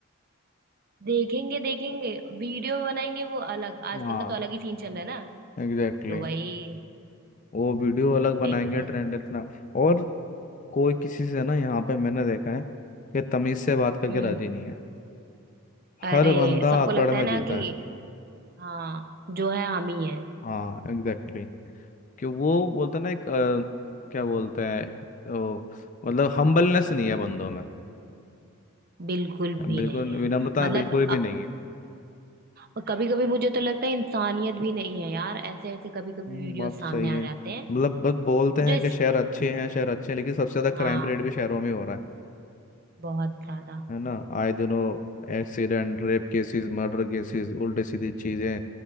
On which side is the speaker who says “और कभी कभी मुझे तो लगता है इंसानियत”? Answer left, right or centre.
Right